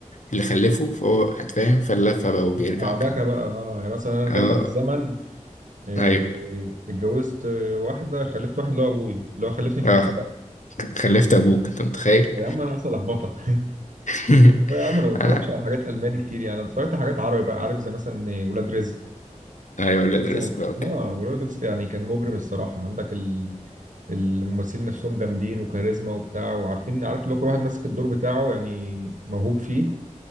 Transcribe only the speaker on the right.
لعبكه
بقى اه يعني مثلا انا رجعت
بالزمن إيه
اتجوزت واحده خلفت واحد اللي هو ابوي اللي هو خلفني في
المستقبل
يا عم انا اصلا لخبطه <laughs>
لا يا عم انا ما بتفرجش
على حاجات الماني كتير يعني أنا اتفرجت على حاجات عربي بقى عارف زي مثلا ولاد رزق
مثلا
اه ولاد رزق يعني كان مجرم الصراحه عندك ال... الممثلين نفسهم جامدين وكاريزما وبتاع وعارفين عارف اللي هو كل واحد ماسك الدور بتاعه يعني موهوب فيه